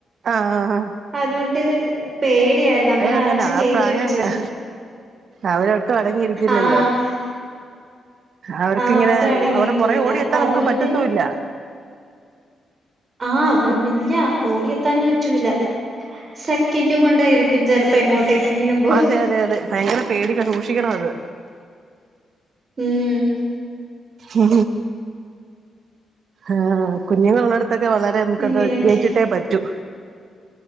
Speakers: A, on the right (about 65°); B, on the right (about 45°).
A: ആഹ്ആഹ്ആഹ്
B: അതൊണ്ട് പേടിയാരുന്നു അങ്ങനച്ഛൻ
A: അങ്ങനെ ആ
B: ഗേറ്റ്
A: പ്രായം
B: വെച്ചതാ
A: അങ്ങനെ അവരൊട്ടും അടങ്ങിയിരിക്കില്ലല്ലോ?
B: ആഹ്
A: അവർക്കിങ്ങനെ
B: ആഹ് ഒട്ടും അടങ്ങി
A: അവറെ
B: നിക്കൂല
A: പൊറേ ഓടി
B: അപ്പൊ
A: എത്താ
B: അതുകൊണ്ട്
A: നമുക്ക് പറ്റത്തൂ ഇല്ല
B: ആഹ് ഇല്ല ഓടിയെത്താനും പറ്റൂല്ല സെക്കൻഡ് കൊണ്ടായി <unintelligible> ചെലപ്പോ എങ്ങോട്ടേ കെ ങ്കിലുംമ്പോ
A: അതെ അതെ അതെ ഭയങ്കര പേടിക സൂക്ഷിക്കണം അത്
B: ഉം
A: ഉ ആഹ കുഞ്ഞുങ്ങളള്ളടുത്തൊക്കെ വളരെ നമുക്കത്
B: അങ്ങനെയൊക്കെ
A: ജയിച്ചിട്ടേ പറ്റൂ.